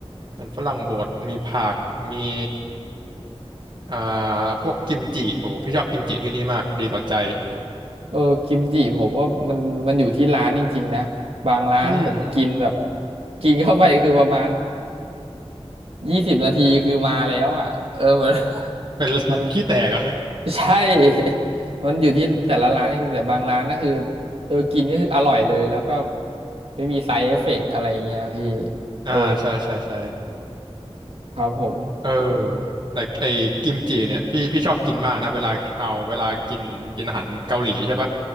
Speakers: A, on the right; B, on the right.
A: มันฝรั่งบดมีผักมีอ่าพวกกิมจิโอ้โหพี่ชอบกิมจิที่นี่มากดีต่อใจ
B: เออกิมจิผมว่ามันมันอยู่ที่ร้านจริงๆนะบางร้านผมกินแบบ
A: อืมอืม
B: กินเข้าไปคือประมาณยี่สิบนาทีคือมาแล้วอ่ะเออเหมือน <laughs>
A: เป็น <laughs>
B: มัน
A: ขี้แตกเหรอ่ะ
B: ใช่ <laughs> มันอยู่ที่แต่ละร้านจริงๆแต่บางร้านก็คือเออกินก็คืออร่อยเลยแล้วก็ไม่มีไซ d ์เอฟเฟกต์อะไรอย่างเงี้ยพี่
A: อ่าใช่ใช่ใช่
B: เออครับผม
A: เออแต่ไอ้กิมจิเนี่ยพี่พี่ชอบกินมากนะเวลาเอาเวลากินกินอาหารเกาหลีใช่ปะ